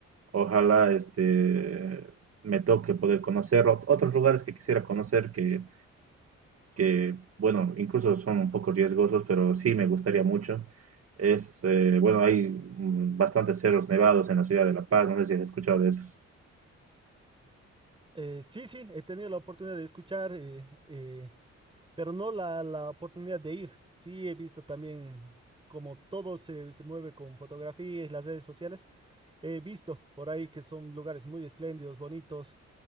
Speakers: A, on the right; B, on the right.
A: ojalá este, me toque poder conocer ot- otros lugares que quisiera conocer que, que, bueno, incluso son un poco riesgosos, pero sí me gustaría mucho. Es, eh, bueno, hay mm, bastantes cerros nevados en la ciudad de La Paz, no sé si has escuchado de esos.
B: Eh, sí, sí, he tenido la oportunidad de escuchar, eh, eh, pero no la, la oportunidad de ir. Sí, he visto también como todo se, se mueve con fotografías, las redes sociales. He visto por ahí que son lugares muy espléndidos, bonitos.